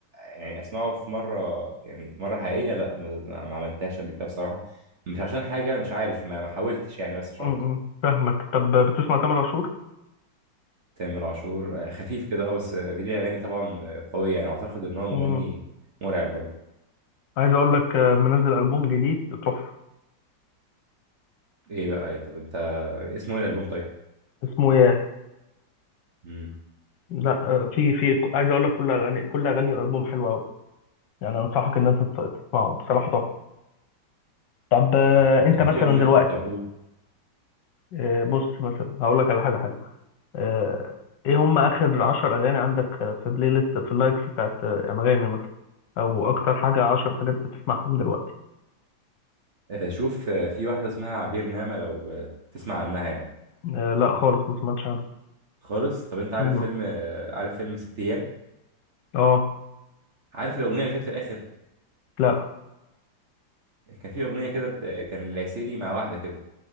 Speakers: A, on the right; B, on the left.
A: يعني اسمعه في مره يعني مره حقيقيه لا ما, ما عملتهاش قبل كده بصراحه مش عشان حاجه مش عارف ما, ما حاولتش يعني بس مش
B: امم
A: اكتر
B: فاهمك طب بتسمع تامر عاشور
A: تامر عاشور آه، خفيف كده اه بس آه، ليه اغاني طبعا آه، قويه يعني اعتقد ان هو مغني
B: امم
A: مرعب برضه
B: عايز أقول لك آه، منزل ألبوم جديد تحفة
A: ايه بقى إيه، طب انت اسمه ايه الالبوم طيب
B: اسمه ياه
A: مم.
B: لا آه، في في عايز اقول لك كل اغاني كل اغاني الالبوم حلوه قوي يعني انصحك ان انت تت- تسمعه بصراحه تحفه طب آه،
A: كان في
B: انت
A: كان
B: مثلا
A: في اغنيه
B: دلوقتي
A: طيب قول
B: آه، بص مثلا هقول لك على حاجه حلوه آه، ايه هم اخر عشر اغاني عندك آه، في بلاي ليست في اللايكس بتاعت آه، انغامي مثلا او اكتر حاجه عشر حاجات بتسمعهم دلوقتي
A: آه، شوف آه، في واحده اسمها عبير نعمه لو آه، تسمع عنها يعني
B: آه، لا خالص ما سمعتش عنها
A: خالص طب انت عارف
B: مم.
A: فيلم عارف فيلم ست ايام
B: اه
A: عارف الاغنيه اللي كانت في الاخر
B: لا
A: كان في اغنيه كده بت... كان العسيلي مع واحده كده